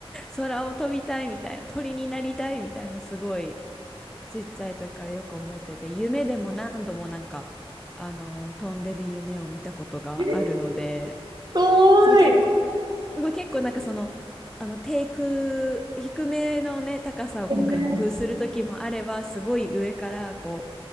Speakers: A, in the centre; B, on the right.
A: 空を飛びたいみたいな、鳥になりたいみたいな、すごいちっちゃい時からよく思ってて、夢でも何度もなんか、あの、飛んでる夢を見たことがあるので、
B: すご
A: すごい結構、
B: い。
A: すごい結構なんかその、あの、低空、低めのね、高さをこう滑空する時もあれば、
B: えーえー
A: すごい上からこう、